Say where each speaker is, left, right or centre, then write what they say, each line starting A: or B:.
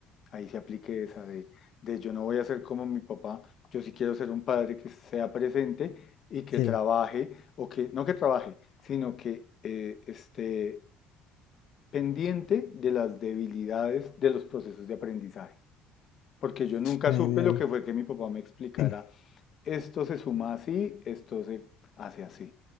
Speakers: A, on the left; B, on the left.
A: Ahí se aplique esa de, de yo no voy a ser como mi papá. Yo sí quiero ser un padre que sea presente y que
B: Sí,
A: trabaje, o que, no que trabaje, sino que eh, esté pendiente de las debilidades de los procesos de aprendizaje porque yo nunca
B: genial.
A: supe lo que fue que mi papá me explicara,
B: <clears throat>
A: esto se suma así, esto se hace así.